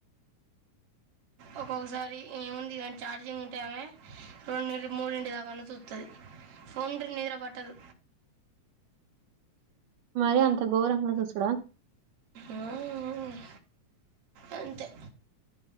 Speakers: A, on the right; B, on the right.
A: ఒక్కొక్కసారి ఏముంది దానికి చార్జింగ్ ఉంటె ఆమె రెండింటి మూడింటి దాకన్నచుత్తది ఫోన్ ఉంటే నిద్ర పట్టదు
B: మరి అంత ఘోరంగా చూస్తాద
A: ఉమ్ ఆ అంతే